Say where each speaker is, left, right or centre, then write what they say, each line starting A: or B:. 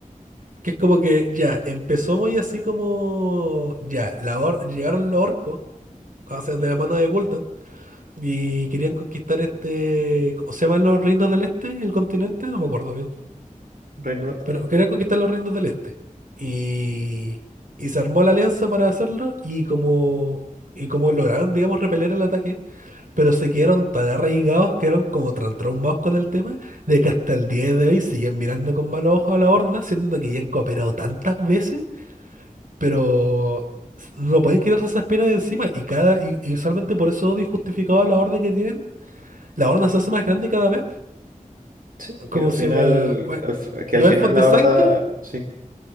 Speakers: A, on the right; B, on the right.
A: Que es como que ya, empezó muy así como ya, la Hor- llegaron los orcos, o sea, de la mano de Gul'dan, y querían conquistar este, ¿cómo se llaman los reinos del este? ¿El continente? No me acuerdo bien.
B: <laughs> Reino de la
A: Pero
B: Tierra.
A: quería conquistar los reinos del este. Y, y se armó la alianza para hacerlo y como, y como lograron, digamos, repeler el ataque, pero se quedaron tan arraigados, quedaron como tan traumados con el tema, de que hasta el día de hoy siguen mirando con malos ojos a la horda, siendo que ya han cooperado tantas veces, pero no pueden quitarse esas penas de encima. Y cada, y, y usualmente por ese odio injustificado a la horda que tienen, la horda se hace más grande cada vez.
B: Sí.
A: Como
B: Que al final,
A: se llama? Bueno,
B: al f- que
A: los
B: al final
A: elfos de
B: la
A: sangre.
B: horda, sí.